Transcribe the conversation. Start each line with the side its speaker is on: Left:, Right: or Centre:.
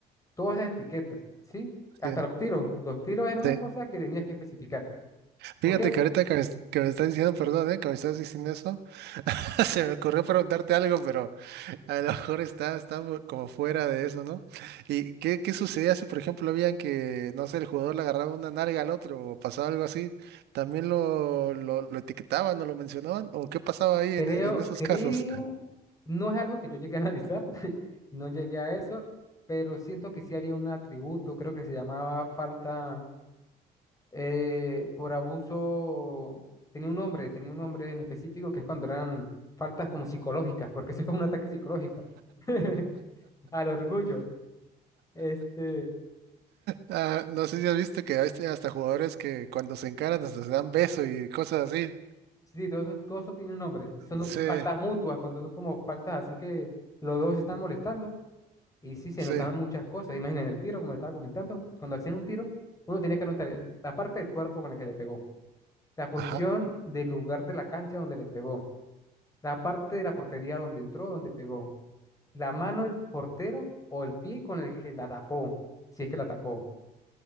Left: todas las etiquetas, ¿sí? Hasta
Right: sí,
Left: los tiros. Los tiros era una
Right: sí.
Left: cosa que tenías que especificar.
Right: Fíjate
Left: Aunque
Right: que ahorita que me, es- que me estás diciendo, perdón, ¿eh? Que me estás diciendo eso, <laughs> se me ocurrió preguntarte algo, pero a lo mejor está, está mu- como fuera de eso, ¿no? ¿Y qué, qué sucedía si, por ejemplo, veían que, no sé, el jugador le agarraba una nalga al otro o pasaba algo así? ¿También lo, lo, lo etiquetaban o lo mencionaban? ¿O qué pasaba ahí
Left: creo,
Right: en, e- en esos
Left: creo,
Right: casos?
Left: no es algo que yo llegué a analizar, <laughs> no llegué a eso, pero siento que sí había un atributo, creo que se llamaba falta eh, por abuso, tenía un nombre, tenía un nombre en específico que es cuando eran faltas como psicológicas, porque eso es como un ataque psicológico <laughs> al orgullo. Este,
Right: Ah, no sé si has visto que hay este- hasta jugadores que cuando se encaran hasta se dan beso y cosas así.
Left: Sí, todo, eso- todo eso tiene un nombre. sí, Son
Right: Sí,
Left: faltas mutuas, cuando son como faltas, así que los dos se están molestando y sí se
Right: sí,
Left: notaban muchas cosas. Imaginen el tiro, como le estaba comentando, cuando hacían un tiro, uno tenía que anotar el- la parte del cuerpo con la que le pegó, la posición
Right: ajá,
Left: del lugar de la cancha donde le pegó, la parte de la portería donde entró, donde pegó, la mano del portero o el pie con el que la tapó, si es que la tapó